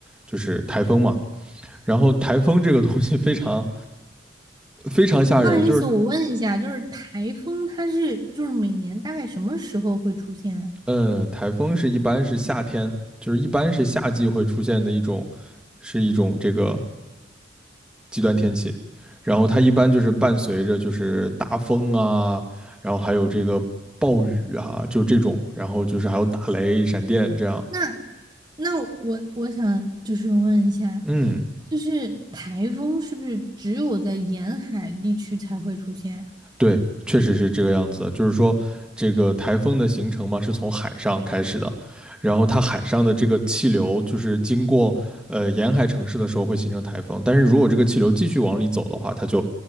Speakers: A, in the centre; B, on the right.
A: 就是台风嘛。然后台风这个东西非常非常吓人，
B: 嗯，不好意嗯思，
A: 就是
B: 我问一下，就是台风它是就是每年大概什么时候会出现啊
A: 嗯，台风是一般是夏天，就是一般是夏季会出现的一种，是一种这个极端天气。然后它一般就是伴随着就是大风啊，然后还有这个暴雨啊，就这种，然后就是还有打雷、闪电这样。
B: 那那我我想就是问一下，
A: 嗯，
B: 就是台风是不是只有在沿海地区才会出现？
A: 对，确实是这个样子。就是说，这个台风的形成嘛，是从海上开始的，然后它海上的这个气流，就是经过呃沿海城市的时候会形成台风。但是如果这个气流继续往里走的话，它就，